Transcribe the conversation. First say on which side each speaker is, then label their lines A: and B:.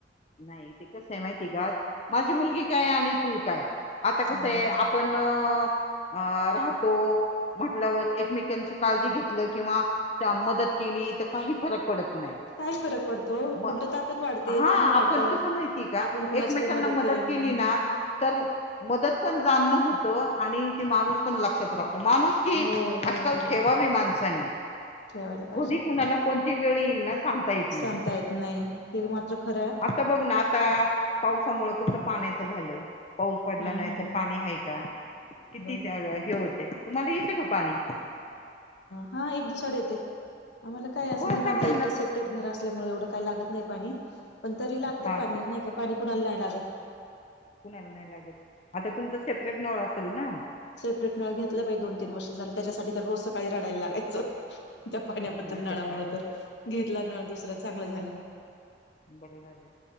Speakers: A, on the left; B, on the left.
A: नाही ते कसं आहे माहिती आहे का? माझी मुलगी काय आणि तू काय. आता कसं
B: हम्म
A: आहे आपण अं राहतो म्हटल्यावर एकमेकांची काळजी घेतलं, किंवा मदत केली, तर काही फरक पडत नाही.
B: काय फरक पडतो
A: म
B: उलट ताकद वाढते
A: हां
B: चांगलं वाटतं
A: पण कसं माहितीय का?
B: आपण कुणाची
A: एकमेकांना
B: तरी
A: मदत
B: म्हणून
A: केली ना तर मदत पण जाणणं होतं, आणि ते माणूस पण लक्षात राहतो. माणूस की
B: हो हो
A: आज काल
B: हो
A: ठेवावी
B: हो
A: माणसानी,
B: ठेवायला पाहिजे
A: कधी कुणाला कोण ती वेळ येईल ना सांगता येत नाही
B: सांगता येत नाही. हे मात्र खर
A: आता बघ ना आता पावसामुळ कसं पाण्याचं झालं. पाऊस
B: हम्म
A: पडला नाही
B: हम्म
A: तर
B: हम्म
A: पाणी आहे का? किती
B: बघा
A: हे होतय. तुम्हाला येतं का पाणी?
B: हा एक दिवसाआड येते आम्हाला काय असं
A: हो
B: निवांत
A: सगळ्यांनाच
B: एकटं सेपरेट घर असल्यामुळे एवढं काय लागत नाही पाणी. पण तरी लागत
A: हा
B: पाणी. नाही का? पाणी कुणाला नाही लागत?
A: कुणाला नाही लागत. आता तुमचा सेपरेट नळ असेल ना?
B: सेपरेट नळ घेतला बाई दोन- तीन वर्ष झालं, त्याच्यासाठी तर रोज सकाळी रडायला लागायचं. त्या पाण्याबद्दल
A: नाहीतर
B: नळामुळ
A: काय
B: तर, घेतला नळ दुसरा चांगलं झालं.
A: बर झाल.